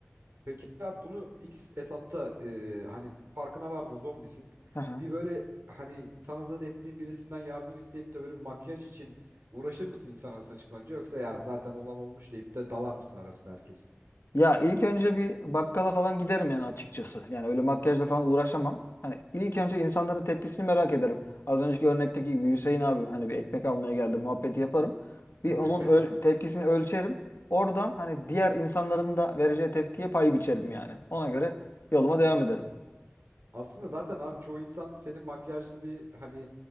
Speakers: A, on the right; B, on the left.
A: Peki abi bunu ilk etapta e, hani farkına vardın zombisin.
B: <laughs>
A: Bir böyle hani tanıdığın ettiğin birisinden yardım isteyip de böyle makyaj için uğraşır mısın insan arasına çıkmanınca yoksa ya zaten olan olmuş deyip de dalar mısın arasına herkesin?
B: Ya ilk önce bir bakkala falan giderim yani açıkçası. Yani öyle makyajla falan uğraşamam. Hani ilk önce insanların tepkisini merak ederim. Az önceki örnekteki gibi Hüseyin abi hani bir ekmek almaya geldi muhabbeti yaparım. Bir
A: <laughs>
B: onun öl- tepkisini ölçerim. Oradan hani diğer insanların da vereceği tepkiye pay biçerim yani. Ona göre yoluma devam ederim.
A: Aslında zaten abi çoğu insan senin makyajlı bir hani